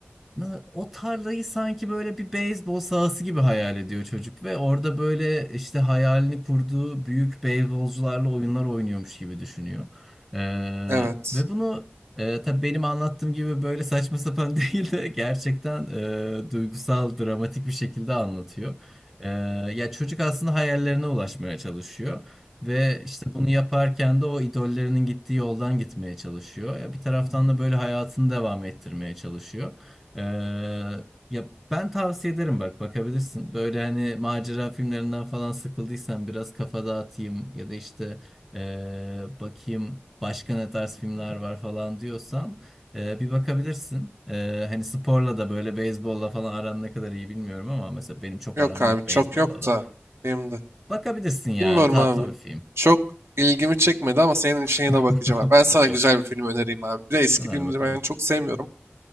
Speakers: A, in the centre; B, on the right (about 80°).
A: Na- O tarlayı sanki böyle bir beyzbol sahası gibi hayal ediyor çocuk ve orada böyle işte hayalini kurduğu büyük beyzbolcularla oyunlar oynuyormuş gibi düşünüyor. Ee,
B: Evet.
A: ve bunu e, tabii benim anlattığım gibi böyle saçma sapan <laughs> değil de gerçekten e, duygusal, dramatik bir şekilde anlatıyor. Ee, ya çocuk aslında hayallerine ulaşmaya çalışıyor. Ve işte bunu yaparken de o idollerinin gittiği yoldan gitmeye çalışıyor. Ya bir taraftan da böyle hayatını devam ettirmeye çalışıyor. Ee, ya ben tavsiye ederim bak bakabilirsin. Böyle hani macera filmlerinden falan sıkıldıysan biraz kafa dağıtayım ya da işte ee, bakayım başka ne tarz filmler var falan diyorsan ee, bir bakabilirsin. Ee, hani sporla da böyle beyzbolla falan aran ne kadar iyi bilmiyorum ama mesela benim çok
B: Yok
A: aram
B: abi
A: yok beyzbolla
B: çok yok
A: da.
B: da benim de.
A: Bakabilirsin yani
B: Bilmiyorum
A: tatlı
B: abi.
A: bir film.
B: Çok ilgimi çekmedi ama senin
A: <laughs>
B: işine de bakacağım abi. Ben sana
A: Okey.
B: güzel bir film önereyim abi. Bir de eski
A: Öner
B: filmleri
A: bakalım.
B: ben çok sevmiyorum.